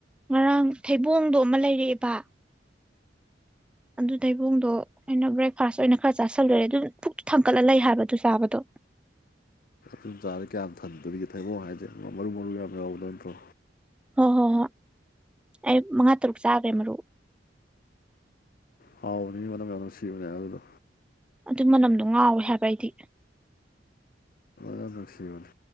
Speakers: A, in the centre; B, on the left (about 50°).
A: ꯉꯔꯥꯡ ꯊꯩꯕꯣꯡꯗꯣ ꯑꯃ ꯂꯩꯔꯛꯑꯦꯕ ꯑꯗꯨ ꯇꯩꯕꯣꯡꯗꯣ ꯑꯩꯅ ꯕ꯭ꯔꯦꯛꯐꯥꯁ ꯑꯣꯏꯅ ꯈꯔ ꯆꯥꯥꯁꯜꯂꯨꯔꯦ ꯑꯗꯨ ꯄꯨꯛ ꯊꯥꯡꯀꯠꯂ ꯂꯩ ꯍꯥꯏꯕꯗꯨ ꯆꯥꯕꯗꯣ
B: ꯃꯤꯟ ꯆꯥꯔ ꯀꯌꯥꯝ ꯊꯟꯗꯣꯏꯒꯦ ꯊꯩꯕꯣꯡ ꯍꯥꯏꯁꯦ ꯃꯔꯨ ꯃꯔꯨ ꯌꯥꯝ ꯌꯥꯎꯕꯗ ꯅꯠꯇ꯭ꯔꯣ
A: ꯍꯣꯏ ꯍꯣꯏ ꯍꯣꯏ ꯑꯩ ꯃꯉꯥ ꯇꯔꯨꯛ ꯆꯥꯈ꯭ꯔꯦ ꯃꯔꯨ
B: ꯍꯥꯎ ꯅꯨꯡꯁꯤꯕꯅꯦ ꯑꯗꯨꯗꯣ
A: ꯑꯗꯨ ꯃꯅꯝꯗꯣ ꯉꯥꯎꯋꯦ ꯍꯥꯏꯕ ꯑꯩꯗꯤ
B: ꯐꯖꯅ ꯅꯨꯡꯁꯤꯕꯅꯤ